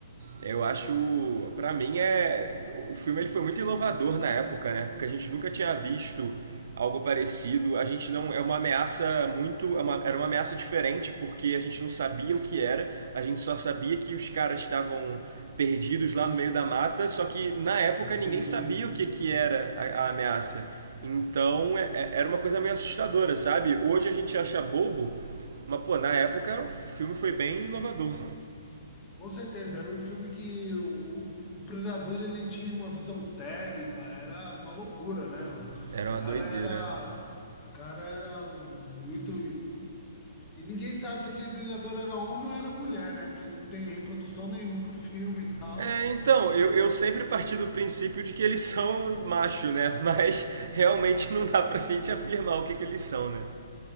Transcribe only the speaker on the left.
entendi.
Com certeza, era um filme que o, o- o Predador ele tinha uma visão térmica, era uma loucura, né? O
cara
era, o cara era muito. E ninguém sabe se aquele Predador era homem ou era mulher, né? Porque não tem reprodução nenhuma no filme e tal.
Então,